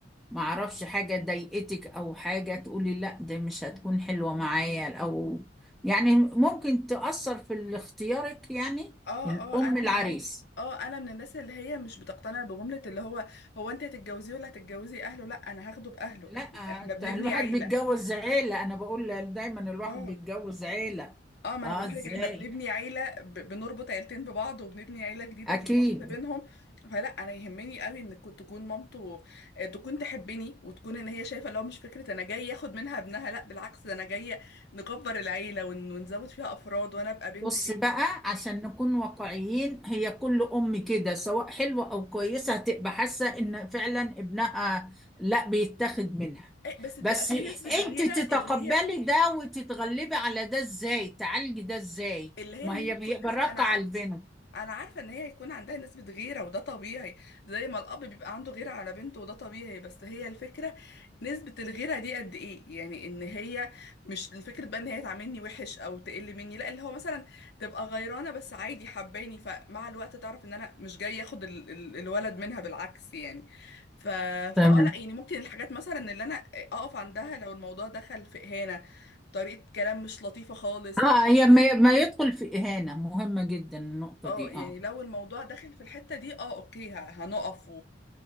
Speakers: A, in the centre; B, on the left (about 60°).
A: معرفش حاجة ضايقتك أو حاجة تقولي لأ ده مش هتكون حلوة معايا أو يعني ممكن تأثر في اختيارك يعني
B: اه
A: الأم
B: اه انا
A: العريس
B: من الناس اه انا من الناس اللي هي مش بتقتنع بجملة اللي هو هو انت هتتجوزيه ولا هتتجوزي اهله لا انا هاخده باهله
A: لا
B: احنا احنا
A: انت
B: بنبني
A: الواحد
B: عيلة
A: بيتجوز عيلة انا بقول دايما الواحد
B: اه
A: بيتجوز عيلة
B: اه ما
A: اه
B: انا بقول
A: ازاي
B: لحضرتك احنا بنبني عيلة ب... بنربط عيلتين ببعض وبنبني عيلة جديدة
A: اكيد
B: في النص بينهم فلا انا يهمني قوي ان كو- تكون مامته آه، تكون تحبني وتكون ان هي شايفة اللي هو مش فكرة انا جاي ياخد منها ابنها لا بالعكس ده انا جاية نكبر العيلة ون... ونزود فيها افراد وانا ابقى بنت
A: بص
B: ليها
A: بقى عشان نكون واقعيين هي كل ام كده سواء حلوة او كويسة هتبقى حاسة ان فعلا ابنها لا بيتاخد منها
B: إيه، بس بتبقى
A: بس
B: في نسبة
A: انت
B: غيرة
A: تتقبلي
B: اللي هي
A: ده وتتغلبي على ده ازاي تعالجي ده ازاي
B: اللي هي
A: ما
B: ان
A: هي
B: هي تكون
A: بيبقى
B: نسبة
A: راقة
B: انا عارف
A: على البنت
B: انا عارفة ان هي هيكون عندها نسبة غيرة وده طبيعي زي ما الاب بيبقى عنده غيرة على بنته وده طبيعي بس هي الفكرة نسبة الغيرة دي قد ايه يعني ان هي مش الفكرة بقى ان هي تعاملني وحش او تقل مني لا اللي هو مثلا تبقى غيرانة بس عادي حباني فمع الوقت تعرف ان انا مش جاي اخد ال ال الولد منها بالعكس يعني ف
A: تمام
B: فاه لا يعني ممكن الحاجات مثلا اللي انا اقف عندها لو الموضوع دخل في اهانة طريقة كلام مش لطيفة خالص
A: اه هي ما ما يدخل في اهانة مهمة جدا النقطة
B: اه
A: دي
B: يعني
A: اه
B: لو الموضوع داخل في الحتة دي اه اوكي ه- هنقف